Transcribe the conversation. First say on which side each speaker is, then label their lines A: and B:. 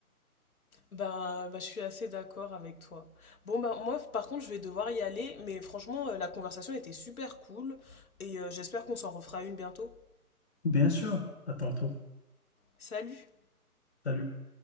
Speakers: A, on the left; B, on the left.
A: Bah, bah, je suis assez d'accord avec toi. Bon, bah, moi, par contre, je vais devoir y aller, mais franchement, euh, la conversation était super cool et euh, j'espère qu'on s'en refera une bientôt.
B: Bien sûr, à tantôt.
A: Salut!
B: Salut.